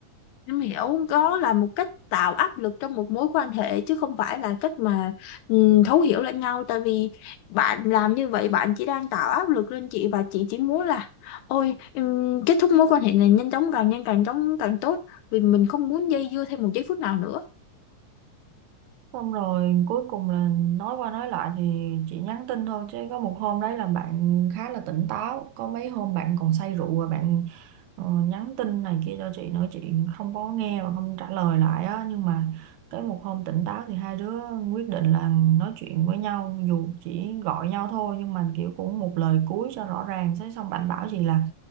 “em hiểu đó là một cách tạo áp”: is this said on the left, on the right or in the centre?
Left